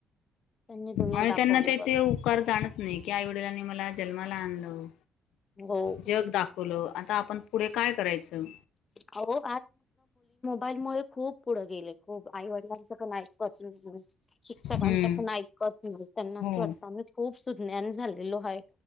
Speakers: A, on the left (about 30°); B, on the left (about 80°).
A: त्यांनी दुनिया
B: आणि
A: दाखवली
B: त्यांना ते
A: बर
B: ते उपकार जाणत नाहीत. कीं आईवडिलांना मला जन्माला आणंलव.
A: हो.
B: जग दाखवलं, आता आपण पुढे काय करायचं.
A: अहो आज मुले खूप पुढं गेले खूप, आई वडिलांचं पण ऐकत नाही. शिक्षकांचपण
B: हम्म
A: ऐकत नाही, त्यांना असं
B: हो.
A: वाटतं आम्ही खूप सुज्ञान झालेलो हाय.